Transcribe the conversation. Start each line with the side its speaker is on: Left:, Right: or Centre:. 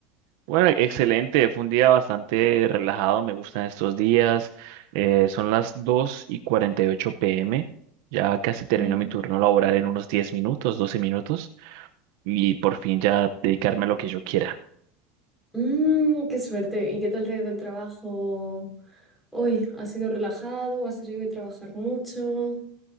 Right: bueno, excelente, fue un día bastante relajado, me gustan estos días. Eh, son las dos y 48 pm, ya casi termino
Centre: Ujú.
Right: mi turno laboral en unos 10 minutos, 12 minutos, y por fin ya dedicarme a lo que yo quiera.
Centre: Mm, qué suerte. ¿Y qué tal te ha ido el trabajo hoy? ¿Has sido relajado o has tenido que trabajar mucho?